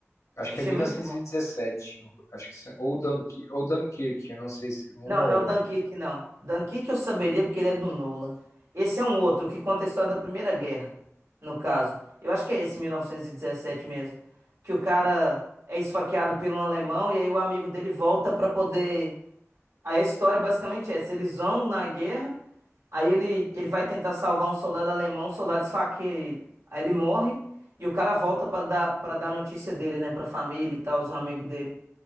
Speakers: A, on the left; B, on the right.
A: acho
B: Achei
A: que é 1917,
B: muito bom.
A: uma co- acho que, se- ou, Dunk, ou Dunkirk, eu não sei se um
B: Não,
A: ou
B: não
A: outro.
B: é o Dunkirk, não. Dunkirk eu saberia porque ele é do Nolan. Esse é um outro que conta a história da Primeira Guerra, no caso. Eu acho que é esse 1917 mesmo. Que o cara é esfaqueado por um alemão e aí o amigo dele volta pra poder Aí a história basicamente é essa: eles vão na guerra, aí ele, ele vai tentar salvar um soldado alemão, o soldado esfaqueia ele. Aí ele morre e o cara volta pra dar para dar notícia dele, né, pra família e tal, os amigos dele.